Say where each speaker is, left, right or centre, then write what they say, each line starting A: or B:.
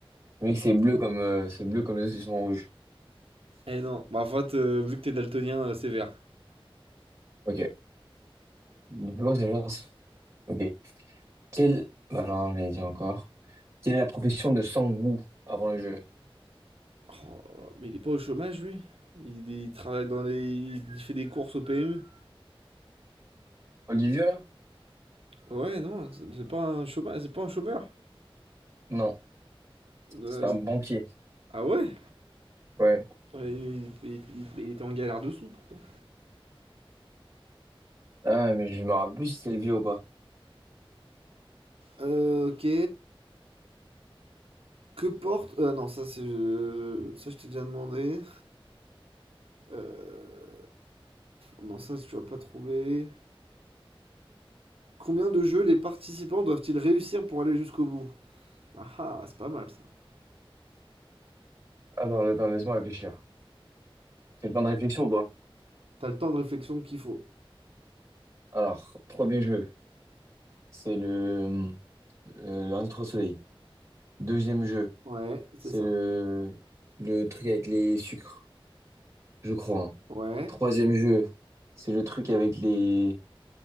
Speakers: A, on the right; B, on the right.
A: Le mec, c'est bleu comme, euh, c'est bleu comme les autres, ils sont rouges.
B: Eh non, bah en fait, euh, vu que t'es daltonien, euh, c'est vert.
A: Ok. Bleu, c'est genre... Ok. Quelle... Bah non, j'allais dire encore. Quelle est la profession de Sang-woo avant le jeu?
B: Oh là là, mais il est pas au chômage, lui? Il, il travaille dans les... Il fait des courses au PMU?
A: Olivier, là?
B: Ouais, non, c'est c'est pas un chômage, c'est pas un chômeur.
A: Non.
B: Euh,
A: C'était un banquier.
B: ah ouais?
A: Ouais.
B: Ouais, il, il- il- il était en galère dessous, pourtant.
A: Ah, mais je me rappelle plus si c'est le ou pas.
B: Euh, ok. Que porte... Ah non, ça c'est... euh, Ça je t'ai déjà demandé. Euh... Non, ça tu vas pas trouver. Combien de jeux les participants doivent-ils réussir pour aller jusqu'au bout? Ah ah, c'est pas mal ça.
A: Attends, attends, laisse-moi réfléchir. C'est le temps de réflexion ou pas?
B: T'as le temps de réflexion qu'il faut.
A: Alors, premier jeu, c'est le... euh, Un trois soleils. Deuxième jeu.
B: Ouais, c'est
A: C'est
B: ça.
A: le, le truc avec les sucres, je crois. hein.
B: Ouais,
A: Troisième jeu, c'est le truc avec les,